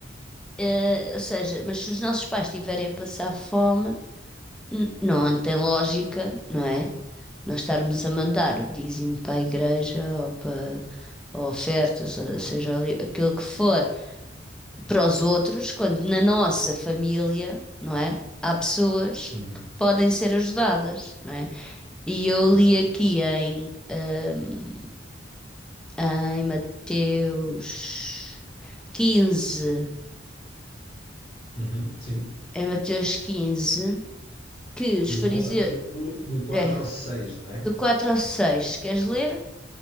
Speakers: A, in the centre; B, on the left (about 30°).
A: eh, ou seja, mas se os nossos pais estiverem a passar fome, N- Não tem lógica, não é? Nós estarmos a mandar o dízimo para a igreja ou para ou ofertas, ou seja
B: Hum.
A: ali, aquilo que for, para os outros, quando na nossa família, não é? Há pessoas
B: Uhum.
A: que podem ser ajudadas, não é? E eu
B: Exato.
A: li aqui em, hum, em Mateus quinze
B: Uhum, Sim.
A: em Mateus quinze que os
B: No
A: fariseus.
B: 4, do quatro
A: É,
B: ao 6, não é?
A: do 4 ao 6 queres ler?